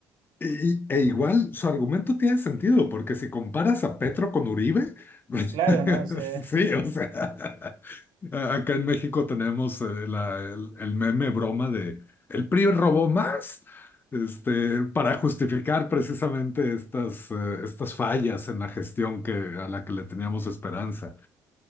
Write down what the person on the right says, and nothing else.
claro,
¿no? O sea,